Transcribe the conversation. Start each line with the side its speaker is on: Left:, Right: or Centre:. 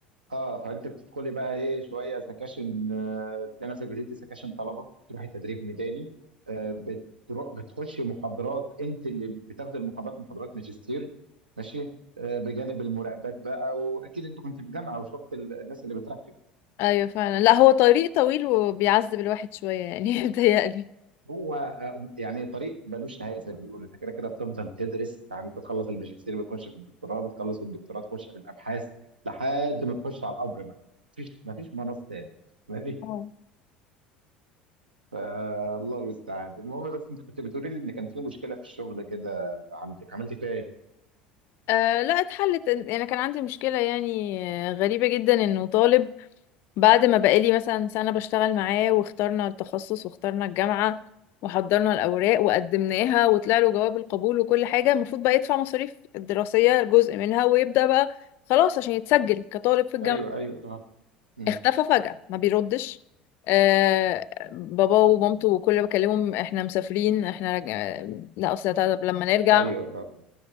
Right: اه فانت بتدخلي بقى ايه شويه سكاشن آه، تلاقي نفسك بتدي سكاشن طلبه تروحي تدريب ميداني آه بتروح بتخشي محاضرات انت اللي بتاخدي المحاضرات محاضرات ماجستير ماشي آه بجانب المراقبات بقى واكيد انت كنت في جامعه وشفت ال- الناس اللي بتراقب
Left: ايوه فعلا لا هو طريق طويل وبيعذب الواحد شويه يعني <laughs> متهيألي
Right: هو آه، يعني طريق ملوش نهايه زي ما بيقولوا انت كده كده بتفضل تدرس يعني انت تخلص الماجستير بتخش في الدكتوراه بتخلص الدكتوراه تخش في الابحاث لحد ما تخش على القبر بقى مفيش مفيش مناص تاني <laughs> ماشي
Left: اه
Right: فالله المستعان المهم بس انت كنت بتقولي لي ان كان في مشكله في الشغل كده عندك عملت فيها ايه؟
Left: آه لا اتحلت انا كان عندي مشكله يعني آه، غريبه جدا انه طالب بعد ما بقالي مثلا سنة بشتغل معاه واخترنا التخصص واخترنا الجامعة وحضرنا الأوراق وقدمناها وطلع له جواب القبول وكل حاجة المفروض بقى يدفع مصاريف الدراسية جزء منها ويبدأ بقى خلاص عشان يتسجل كطالب في الجامعة
Right: ايوه ايوه اه أمم.
Left: اختفى فجأة ما بيردش آه بابا ومامته كل ما بكلمهم احنا مسافرين احنا رج... آه، لا اصل طب لما نرجع
Right: ايوه اه آه.